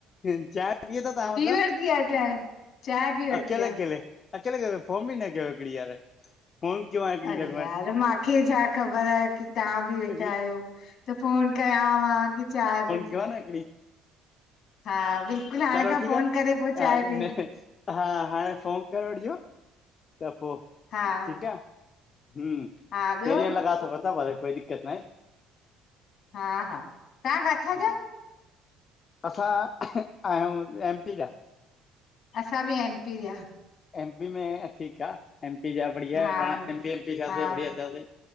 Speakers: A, on the left; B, on the left.
A: चा पी वतव तां मतलब,
B: वरिती आहे चांहि चांहि पी वरिती
A: अकेले
B: आहे
A: अकेले। अकेल केले, फोन ॿि न कयव हिकिड़ी यार, फोन कयो आहे हिकिड़ी
B: अरे
A: घटि में
B: यार,
A: घटि
B: मांखे छा ख़बर की तहां ॿि वेठा
A: हिकिड़ी
B: आयो। त फोन कयांव की चांहे भ
A: गा न हिकड़ी।
B: हा बिल्कुलु, हाणे
A: चलो
B: खां
A: ठीकु
B: फोन
A: आहे
B: करे पो चांय
A: हा न
B: पी
A: हा, हाणे फ़ोन करे वठिजो। त पो
B: हा,
A: हूं,
B: हा ॿियो
A: केड़े हंद लॻा सगो था, कोई दिक़त न आए।
B: हा हा, तां काथां
A: आहे
B: जा?
A: असां आयूं एम पी जा।
B: असां बि एम पी जा।
A: एम पी में अ ठीक आ, एम पी जा बढ़िया
B: हा
A: आ पाण ए एम पी जा थियासे,
B: हा
A: बढ़िया थियासे।